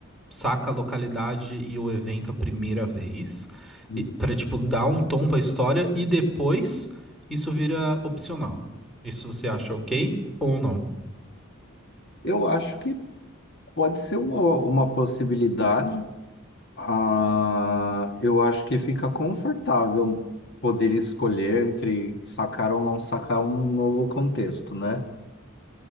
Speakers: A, in the centre; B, on the left (about 50°).
A: saca a localidade e o evento a primeira vez,
B: uhum.
A: para tipo, dar um tom pra história e depois isso vira opcional. Isso você acha ok ou não?
B: Eu acho que pode ser uma, uma possibilidade. Ah, eu acho que fica confortável poder escolher entre sacar ou não sacar um novo contexto, né?